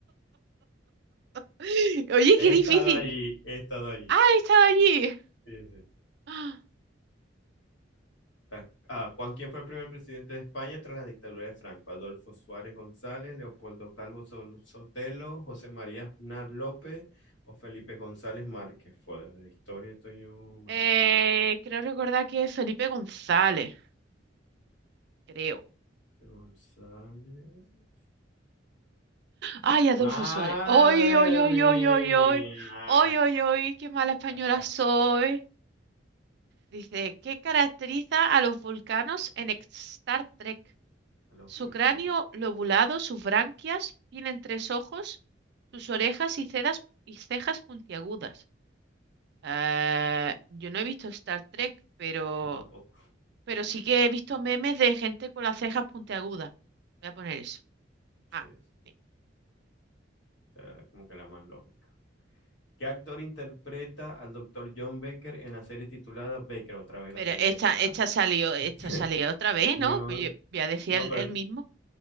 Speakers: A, on the right; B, on the left.
A: <laughs> Oye,
B: He
A: qué difícil.
B: estado allí, he estado allí.
A: Ah, estaba allí. <gasps>
B: Sí, sí.
A: Ah,
B: Ta- Ah, Juan, ¿quién fue el primer presidente de España tras la dictadura de Franco? Adolfo Suárez González, Leopoldo Calvo Sol- Sotelo, José María Aznar López o Felipe González Márquez. Fue de historia, estoy yo malísimo.
A: eh, creo recordar que es Felipe González, creo.
B: Felipe González.
A: Ay, Adolfo
B: ¡Madre
A: Suárez. Ay, ay, ay,
B: mía!
A: ay, ay, ay. Ay, ay, ay, qué mala española
B: <laughs>
A: soy. Dice, ¿qué caracteriza a los vulcanos en Star Trek?
B: A los
A: Su
B: vulcanos.
A: cráneo lobulado, sus branquias, tienen tres ojos, sus orejas y cejas, y cejas puntiagudas. Eh, yo no he visto Star Trek, pero,
B: Yo tampoco.
A: pero sí que he visto memes de gente con las cejas puntiagudas. Voy a poner eso.
B: Sí,
A: Ah,
B: sí.
A: mira.
B: O sea, era como que la más lógica. ¿Qué actor interpreta al doctor John Baker en la serie titulada Baker? Otra vez la
A: Pero
B: serie
A: esta, esta salió, esto
B: de... <laughs>
A: salió otra vez,
B: John,
A: ¿no? Pues yo ya
B: no,
A: decía el,
B: pero,
A: el mismo.